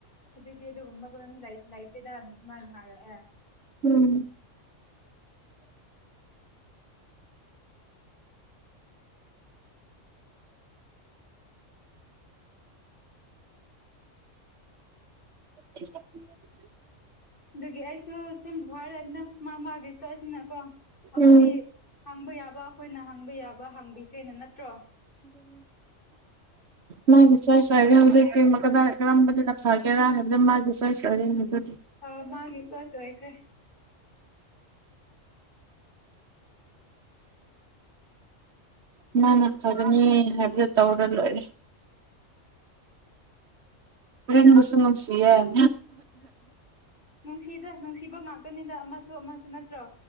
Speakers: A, on the left (about 45°); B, on the right (about 60°).
A: ꯍꯖꯤꯛꯗꯤ ꯑꯗꯨꯒꯨꯝꯕ ꯄꯔꯝꯗꯤ ꯂꯩꯇꯦꯗ ꯁꯨꯃꯥꯏ ꯍꯥꯏꯔꯛꯑꯦ
B: ꯎꯝ <inaudible>
A: ꯑꯗꯨꯒꯤ ꯑꯩ <unintelligible> ꯑꯩꯈꯣꯏꯗꯤ
B: ꯎꯝ
A: ꯍꯪꯕ ꯌꯥ ꯑꯩꯈꯣꯏꯅ ꯍꯪꯕ ꯌꯥꯕ ꯍꯪꯕꯤꯈ꯭ꯔꯦꯅ ꯅꯠꯇ꯭ꯔꯣ
B: ꯃꯥꯏ ꯃꯆꯥ ꯆꯥꯏꯔꯦ
A: ꯃꯥꯅ
B: ꯍꯧꯖꯤꯛꯇꯤ ꯃꯀꯗꯥꯏ ꯀꯔꯝꯕꯗꯨꯗ ꯐꯒꯦꯔꯥ ꯍꯥꯏꯕꯗꯨ ꯃꯥꯒꯤ ꯆꯣꯏꯁ ꯑꯣꯏꯔꯤꯅꯤ
A: ꯑ ꯃꯥꯒꯤ ꯆꯣꯏꯁ ꯑꯣꯏꯈ꯭ꯔꯦ
B: ꯃꯥꯅ ꯐꯒꯅꯤ ꯍꯥꯏꯕꯗꯣ ꯇꯧꯔ ꯂꯣꯏꯔꯦ <inaudible> ꯍꯣꯔꯦꯟꯕꯨꯁꯨ ꯀꯤꯌꯦ <inaudible>
A: ꯅꯨꯡꯁꯤꯗ ꯅꯨꯡꯁꯤꯕ ꯉꯥꯛꯇꯅꯤꯗ ꯑꯃꯁꯨ ꯑꯃꯁꯨ ꯅꯠꯇ꯭ꯔꯣ